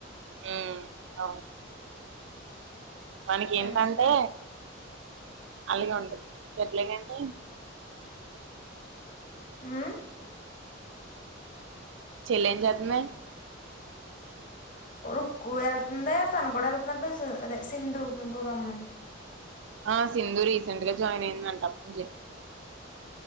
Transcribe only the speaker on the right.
ఉ అవును మనకి ఏంటంటే
అలాగే ఉంటది ఎట్లని అంటే
చెల్లెం చెత్తుంది
ఆ సింధు రీసెంట్ గా జాయిన్ అయిందంటా అని చెప్